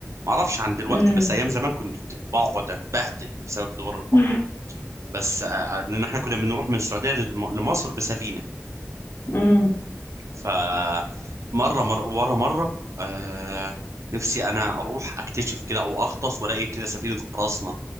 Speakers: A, on the right (about 70°); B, on the left (about 50°).
A: ما اعرفش عن دلوقتي
B: امم
A: بس ايام زمان كنت بقعد اتبهدل بسبب دوار البحر
B: <laughs>
A: بس آه، لان احنا كنا بنروح من السعوديه للم- لمصر بسفينه
B: امم
A: فمره مره ورا مره آه نفسي انا اروح اكتشف كده او اغطس والاقي كده سفينه قراصنه